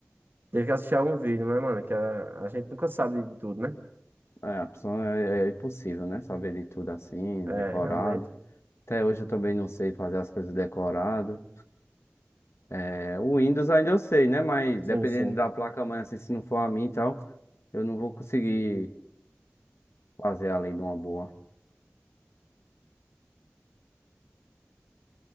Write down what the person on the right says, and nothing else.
Teve que assistir algum vídeo, mas, mano, que a, a gente nunca sabe de tudo, né?
É,
realmente.
Sim,
sim.